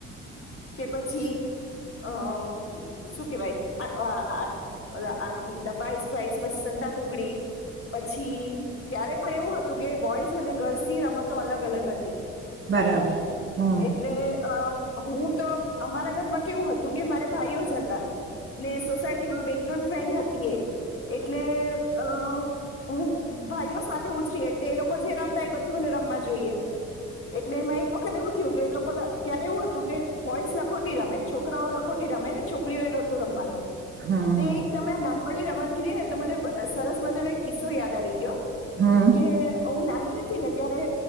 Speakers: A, on the left; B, on the right.
A: કે પછી અમ શું કેવાયબબાઈઇસ, પછી સંતા કુકડી, પછી ત્યારે પણ એવું હતું કે, બોઈઝ અને, ગર્લ્સ ની રમતો અલગ અલગ હતી.
B: બરાબર હમ
A: એટલે આ. આહું. તો અમારા ઘરમાં કેવું હતું કે મારે ભાઈઓ જ હતા, ને સોસાયટીમાં બે ત્રણ ફ્રેન્ડ હતી, એ એટલે અ હું ભાઈઓ સાથે ઉછરી એટલે એ લોકો જે રમતા એ બધું મને રમવા જોઈએ, એટલે મે એક વખત એવું થયું કે એ લોકો ત્યારે એવું હતું કે. બોઇસ લખોટી રમે, છોકરાઓ લખોટી રમે, છોકરીઓ એ નતું રમવાનું.
B: હમ
A: તે
B: હમ
A: એક્રમના. પણ એ રમત કીધી ને તો મને સરસ મજાનો એક કિસ્સો યાદ આવી ગયો.
B: હમ
A: કે હું નાની ને ત્યારે